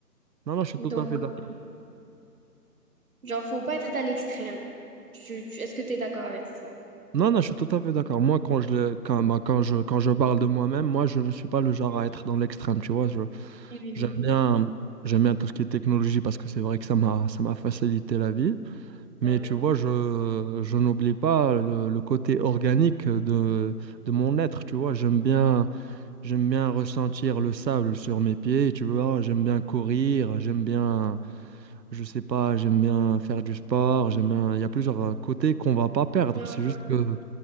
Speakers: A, on the right; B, on the right.
A: Non, non, je suis
B: Donc,
A: tout à fait d'accord.
B: euh, genre, faut pas être à l'extrême. Tu- tu- Est-ce que tu es d'accord avec ça?
A: Non, non, je suis tout à fait d'accord. Moi, quand je, le- quand, bah, quand je, quand je parle de moi-même, moi, je ne suis pas le genre
B: Mm.
A: à être dans l'extrême, tu vois.
B: Oui, oui,
A: J'aime
B: oui.
A: bien, j'aime bien tout ce qui est technologie parce que c'est vrai que ça m'a, ça m'a facilité la vie. Mais
B: Bah
A: tu
B: oui.
A: vois, je, je n'oublie pas le, le côté organique de, de mon être. Tu vois, j'aime bien, j'aime bien ressentir le sable sur mes pieds. Tu vois, j'aime bien courir, j'aime bien, je sais pas, j'aime bien faire du sport. J'aime bien, il y a plusieurs euh, côtés qu'on va pas perdre.
B: Ouais, ouais,
A: C'est juste que